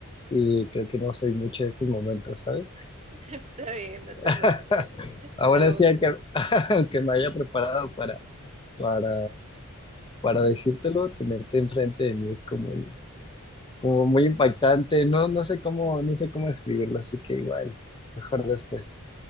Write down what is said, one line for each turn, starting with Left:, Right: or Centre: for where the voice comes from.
Left: y creo que no soy mucho de estos momentos, ¿sabes?
Right: <laughs> Está bien, no te
Left: <laughs>
Right: preocupes.
Left: Aún
Right: Lo,
Left: así, aunque, <laughs> aunque me haya preparado para, para, para decírtelo, tenerte enfrente de mí es como, como muy impactante, no, no sé cómo, no sé cómo escribirlo, así que igual, mejor después.